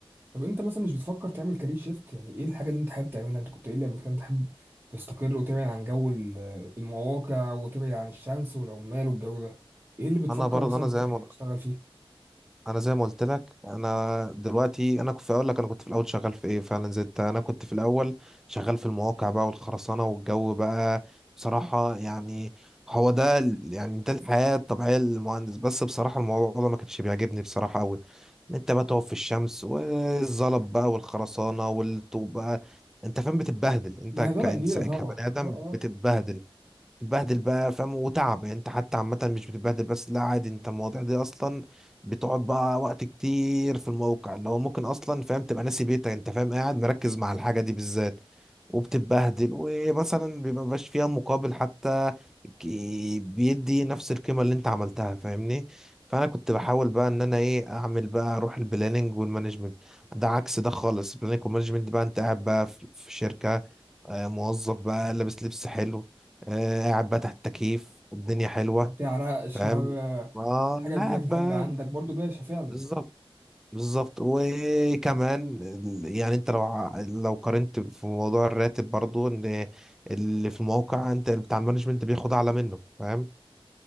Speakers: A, on the right (about 25°); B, in the centre.
A: طب انت مثلا مش بتفكر تعمل كارير شيفت يعني ايه الحاجه اللي انت حابب تعملها انت كنت قايل لي قبل كده انت حابب تستقر وتبعد عن جو ال- المواقع وتبعد عن الشمس والعمال والجو ده ايه اللي بتفكر
B: انا برضه
A: مثلا
B: انا زي ما
A: تشتغل فيه
B: انا زي ما قلت لك انا دلوقتي انا كنت اقول لك انا كنت في الاول شغال في ايه فعلا زي انت انا كنت في الاول شغال في المواقع بقى والخرسانه والجو بقى بصراحه يعني هو ده ال- يعني ده الحياه الطبيعيه للمهندس بس بصراحه الموضوع ده ما كانش بيعجبني بصراحه قوي ان انت بقى تقف في الشمس والزلط بقى والخرسانه والطوب بقى انت فاهم بتتبهدل انت
A: بهدله
B: كإنسان
A: كبيره طبعا
B: كبني ادم
A: اه اه
B: بتتبهدل تتبهدل بقى فاهم وتعب يعني انت حتى عامة مش بتتبهدل بس لا عادي انت المواضيع دي اصلا بتقعد بقى وقت كتير في الموقع اللي هو ممكن اصلا فاهم تبقى ناسي بيتك انت فاهم قاعد مركز مع الحاجة دي بالذات وبتتبهدل ومثلا بيبقى مبقاش فيها مقابل حتى ك- بيدي نفس القيمة اللي انت عملتها فاهمني فانا كنت بحاول بقى ان انا ايه اعمل بقى اروح البلاننج والمانجمنت ده عكس ده خالص البلاننج والمانجمنت بقى انت قاعد بقى في في شركة آه، موظف بقى لابس لبس حلو آه، قاعد بقى تحت التكييف والدنيا حلوة
A: ما بتعرقش
B: فاهم
A: ما ب...
B: اه
A: الحاجه بتجيلك
B: قاعد
A: لحد
B: بقى
A: عندك برضو باشا فعلا
B: بالظبط بالظبط وكمان ال- يعني انت لو ع- لو قارنت في موضوع الراتب برضو ان اللي في الموقع انت بتاع المانجمنت بياخد اعلى منه فاهم